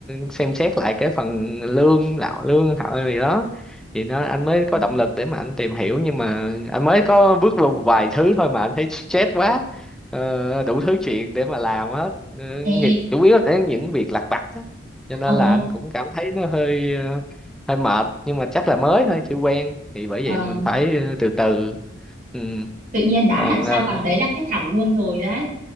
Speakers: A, in the centre; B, on the right (about 45°).
A: xem xét lại cái phần lương lạo lương họ gì đó thì nó anh mới có
B: À.
A: động lực để mà anh tìm hiểu nhưng mà anh mới có bước vào một vài thứ thôi mà anh thấy stress quá ờ, đủ thứ chuyện để mà làm hết Ờ,
B: Ê,
A: nhị- chủ yếu là những việc lặt vặt á cho nên
B: ồ,
A: là anh cũng cảm thấy nó hơi ờ, hơi mệt nhưng mà chắc là mới thôi chưa quen thì bởi
B: ờ,
A: vậy mình phải ờ, từ từ ừ.
B: tự nhiên đá
A: còn
B: hẳn sang
A: ờ,
B: vào đấy là khác hẳn luôn rồi đấy.